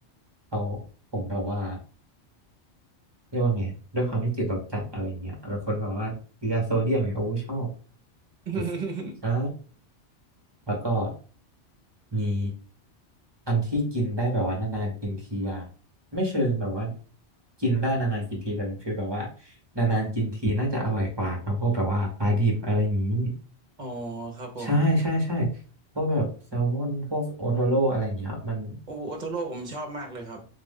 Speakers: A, on the right; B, on the right.
A: เขาผมแบบว่า เรียกว่าไงด้วยความที่ติดรสจัดอะไรเงี้ยแล้วคนบอกว่าเกลือโซเดียมเนี่ยโอ้ชอบ
B: <laughs>
A: สุดๆใช่แล้วก็มีอันที่กินได้แบบว่านานๆกินทีอะไม่เชิงแบบว่ากินได้นานๆกินทีแต่มันคือแบบว่านานๆกินทีน่าจะอร่อยกว่าครับพวกแบบว่าปลาดิบอะไรอย่างนี้
B: อ๋อครับผม
A: ใช่ใช่ใช่พวกแบบแซลมอนพวกโอโทโร่อะไรอย่างเงี้ยมัน
B: โอโอโทโร่ผมชอบมากเลยครับ